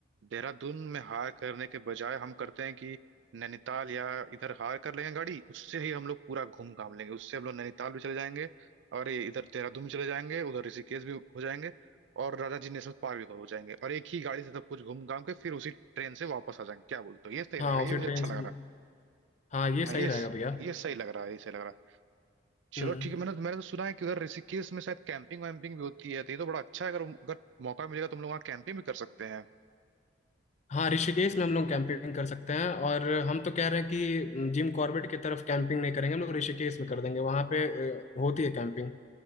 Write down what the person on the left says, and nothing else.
हाँ
उसी
ट्रेन
से
हम-
हाँ ये
सही
रहेगा भैया
हम्म
हाँ ऋषिकेश में हम लोग कैंपिंग कर सकते हैं और हम तो कह रहे हैं कि जिम कॉर्बेट की तरफ कैंपिंग नहीं करेंगे हम लोग ऋषिकेश में कर देंगे वहां पे अ, होती है कैंपिंग